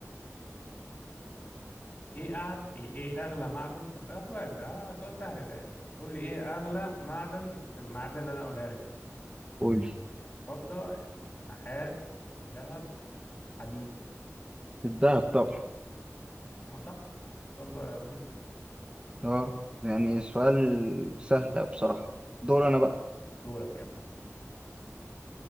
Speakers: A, on the left; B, on the right.
A: إيه أعد إيه, إيه أغلى معدن في ال- آه سؤال ده آه سؤال سهل ده يعني قول لي إيه أغلى معدن في المعادن اللي أنا قولها لك دي
B: قولي
A: فضة النحاس ذهب حديد
B: الدهب طبعا
A: آه صح يعني سؤال ب- بسيط
B: اه يعني سؤال سهل بصراحة دور انا بقى
A: دورك يلا